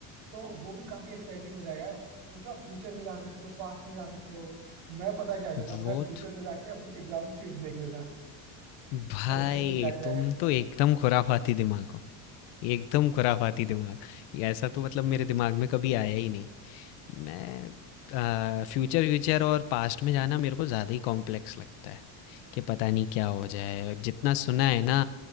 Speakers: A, on the right; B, on the left.
A: तो वो भी काफी एक्साइटिंग हो जाएगा सोचो आप फ्यूचर में जा सकते हो पास्ट में जा सकते हो मैं पता क्या करता
B: वो
A: मैं फ्यूचर
B: तो
A: में जाके अपनी एग्जाम शीट देख लेता
B: भाई
A: क्वेश्चन में क्या क्या
B: तुम
A: है
B: तो एकदम खुराफाती दिमाग हो, एकदम खुराफाती दिमाग। ये ऐसा तो मतलब मेरे दिमाग में कभी आया ही नहीं। मैं अ, फ्यूचर व्यूचर और पास्ट में जाना मेरे को ज़्यादा ही कॉम्प्लेक्स लगता है, कि पता नहीं क्या हो जाए। जितना सुना है ना